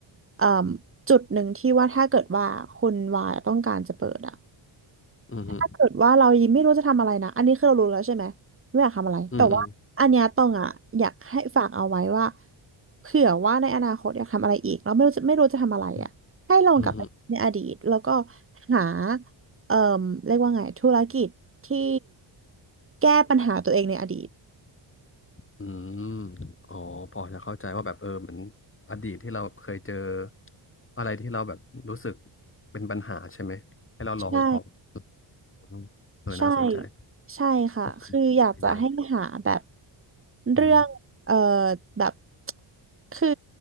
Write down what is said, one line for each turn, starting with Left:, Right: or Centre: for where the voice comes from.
Right: เอ่มจุดหนึ่งที่ว่าถ้าเกิดว่าคุณวายต้องการจะเปิดอ่ะ
Left: อืมฮึ
Right: ถ้าเกิดว่าเรายังไม่รู้จะทำอะไรนะอันนี้คือเรารู้แล้วใช่ไหมไม่อยากทำอะไรแต่ว่าอันเนี้ยตองอ่ะอยากให้ฝากเอาไว้ว่า
Left: อืมอืม
Right: เผื่อว่าในอนาคตอยากทำอะไรอีกแล้วไม่รู้จะไม่รู้จะทำอะไรอ่ะให้ลองกลับไปในอดีตแล้วก็
Left: อืมฮึ
Right: หาเอ่มเรียกว่าไงธุรกิจที่แก้ปัญหาตัวเองในอดีต
Left: อืมอ๋อ พอจะเข้าใจว่าแบบเออเหมือนอดีตที่เราเคยเจออะไรที่เราแบบรู้สึกเป็นปัญหาใช่ไหมให้เราลองอีกลอง
Right: ใช่
Left: อืมเออน่าสนใจ
Right: ใช่ใช่ค่ะคืออยากจะให้หาแบบ
Left: ขอบคุณที่หลายอย่าง
Right: เรื่องเอ่อ
Left: อืม
Right: แบบคือ